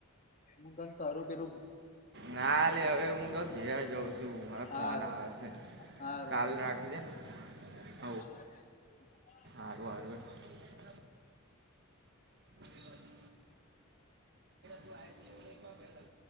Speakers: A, on the left; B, on the right.
A: હું તને તારું પેલું
B: ના હવે હું તો ઘેર જઉં છું
A: હારું
B: ફ નાવાસે,
A: હારું
B: કાલ રાખી દને હ.
A: એ <inaudible>
B: આર આર <unintelligible> બ <inaudible> એવ <unintelligible>